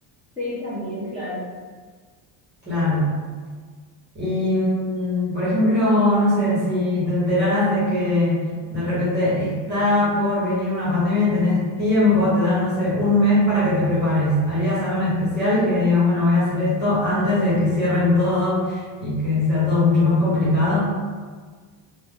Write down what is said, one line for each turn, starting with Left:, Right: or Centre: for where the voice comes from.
Left: Sí, también, claro.
Right: Claro. Y,
Left: Ujú.
Right: mm, por ejemplo, no sé, si te enteraras de que de repente está por venir una pandemia y tenés tiempo, te dan, no sé, un mes para que te prepares. ¿Harías algo en especial que digas, bueno, voy a hacer esto antes de que cierren todo y que sea todo mucho más complicado?